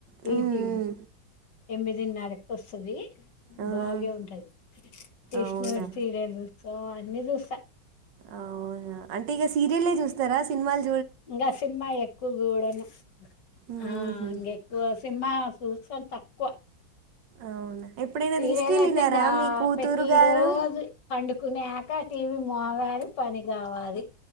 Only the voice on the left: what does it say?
ఈటీవీ ఏమిదిన్నరకి వస్తది
బాగే ఉంటది కృష్ణుడ్
సీరియలు సో అన్ని చూస్తా
ఇంకా సింహ ఎక్కువ గూడను
ఆ హ ఎక్కువ సినిమా జుస్తాం తక్కువ
తీరలటంగా
ప్రతి
రోజు పండుకునే కా టీవీ మోగాలి పని కావాలి